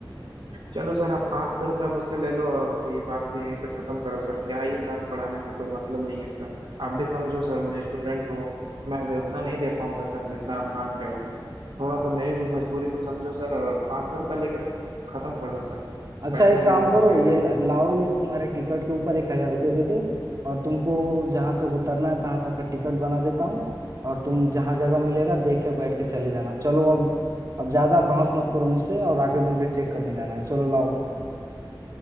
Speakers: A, on the right; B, on the right.
A: चलो सर आप पाँच सौ रुपये मुझसे ले लो और ये बात को यहीं पे ख़त्म करो सर क्या ही बात बढ़ाने से कोई मतलब नहीं है सर आप भी समझो सर मैं स्टूडेंट हूँ मैं अभी उतना नहीं दे पाऊंगा सर जितना आप मांग रहे हो थोड़ा सा मेरी भी मजबूरी को समझो सर और पाँच सौ रुपये लेकर ख़त्म कर दो सर
B: अच्छा
A: बैठने
B: एक काम
A: दे दो
B: करो
A: मुझे
B: ये
A: इसी
B: ला-
A: में
B: लाओ ये तुम्हारे टिकट के ऊपर एक हजार रुपये दे दो और तुमको जहाँ तक उतरना है तहाँ तक का टिकट बना देता हूँ और तुम जहाँ जगह मिलेगा देख के बैठ के चले जाना चलो अब अब ज्यादा बहस मत करो मुझसे और आगे मुझे चेक करने जाना है चलो लाओ